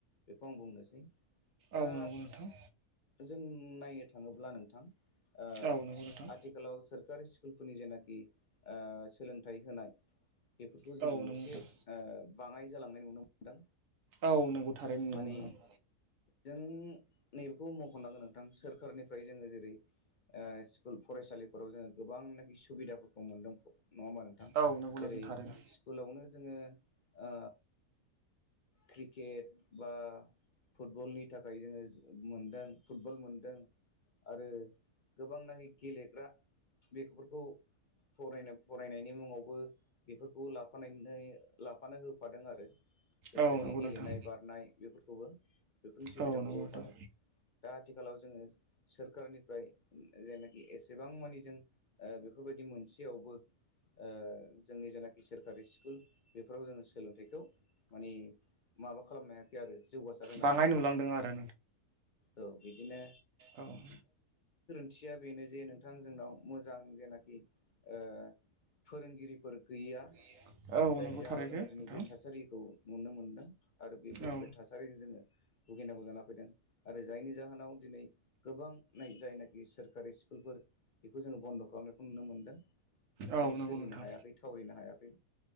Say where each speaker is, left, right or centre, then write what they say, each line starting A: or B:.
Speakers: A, on the left; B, on the right.
A: बेखौ आं बुंनोसै। दा
B: औ नंगौ नोंथां।
A: जों नायो थाङोब्ला नोंथां ओ
B: औ नंगौ नोंथां
A: आथिखालाव सोरखारि स्कुलफोरनि जेनाखि ओ सोलोंथाइ होनाय बेफोरखौ जोङो
B: औ नंगौ
A: एसे
B: नोंथां
A: ओ बाङाय जालांनाय नुनो मोनदों।
B: औ नंगौ थारै नोंगौ
A: माने
B: नोंथां।
A: जों नैबेखौ मख'नांगोन नोंथां सोरखारनिफ्राय जोङो जेरै ओ स्कुल फरायसालिफोराव जोङो गोबांनाखि सुबिदाफोरखौ मोनदों नङा होमबा नोंथां
B: औ नंगौ
A: जेरै
B: नोंथां थारैनो
A: स्कुलावनो जोङो ओ क्रिकेट बा फुटबलनि थाखाय जोङो मोनदों फुटबल मोनदों आरो गोबांनाखि गेलेग्रा बेफोरखौ फरायनो फरायनायनि मुङावबो बेफोरखौ लाफ लाफानो होफादों आरो बेफोरबायदि
B: औ नंगौ
A: गेलेनाय
B: नोंथां
A: बारनाय बेफोरखौबो बेफोरनि सुबिदाखौबो
B: औ नंगौ नोंथां
A: होफादों। दा आथिखालाव जोङो सोरखारनिफ्राय जेनाखि एसेबां मानि जों बेफोरबायदि मोनसेयावबो ओ जोंनि जेनाखि सोरखारि स्कुल बेफोराव जोङो सोलोंथाइखौ माने माबा खालामनो हायाखै आरो जौगासार होनो
B: बाङाय
A: हायाखै
B: नुलांदों आरो
A: औ बिदिनो
B: ओं।
A: ओंथिया बेनो जे नोंथां जोंनाव मोजां जेनाखि ओ फोरोंगिरिफोर गैया।
B: <inaudible>
A: जायनि जाहोनाव
B: थारैनो
A: जोङो दिनै
B: नोंथां
A: बे थासारिखौ नुनो मोनदों आरो बेफोर
B: औ
A: बे थासारिजों जोङो भुगिनांगौ जाना फैदों आरो जायनि जाहोनाव दिनै गोबां जायनाखि सोरखारि स्कुलफोर बेखौ जोङ बन्द' खालामनायखौ नुनो मोन्दों। माने
B: औ नंगौ
A: सोलिनो
B: नोंथां
A: हायाखै थावरिनो हायाखै